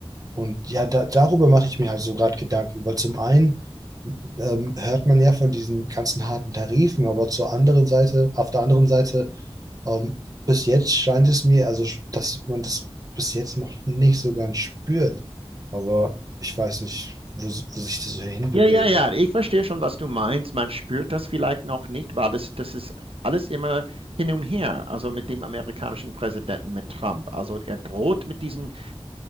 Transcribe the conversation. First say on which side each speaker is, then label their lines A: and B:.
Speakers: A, on the right (about 35°); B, on the right (about 65°).
A: und ja, da, darüber mache ich mir halt so gerade Gedanken, weil zum einen ähm, hört man ja von diesen ganzen harten Tarifen, aber zur anderen Seite, auf der anderen Seite, ähm, bis jetzt scheint es mir, also dass man das bis jetzt noch nicht so ganz spürt. Aber ich weiß nicht, wo, wo sich das so hinbewegt.
B: Ja, ja, ja, ich verstehe schon, was du meinst. Man spürt das vielleicht noch nicht, weil das, das ist alles immer hin und her. Also mit dem amerikanischen Präsidenten, mit Trump. Also er droht mit diesen